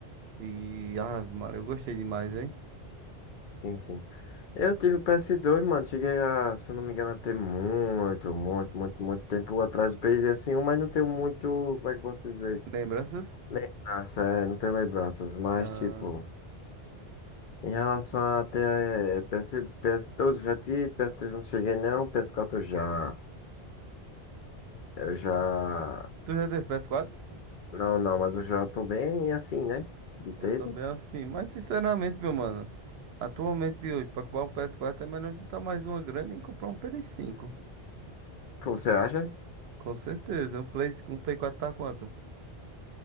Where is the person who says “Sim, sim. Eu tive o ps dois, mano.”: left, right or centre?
Left